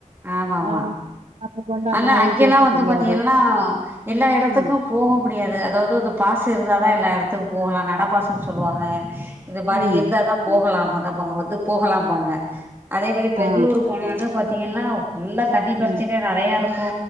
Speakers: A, on the right; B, on the right.
A: ஆமமா
B: ஆ நமக்கு வந்து அந்த
A: ஆனா
B: மாதிரி
A: அங்கெல்லா
B: பேச
A: வந்து
B: தெரியாது
A: பாத்தீங்கள்னா எல்லா எடத்துக்கு
B: ம்
A: போக முடியாது அதாவ்து அந்த பாசு இருந்தாதா எல்லா எட த்துக் போலா நடபாசுன் சொல்லுவாங்க இது மாரி
B: ம்
A: இருந்தாதா போகலாமா நம்மங்க வந்து போகலாம்பாங்க அதே மாரி பெங்களூர்
B: ஆ
A: போனொன பாத் தீங்கன்னா முன்ன தண்ணி பிரச்சன
B: ம்
A: நிறையா இருக் ப்போ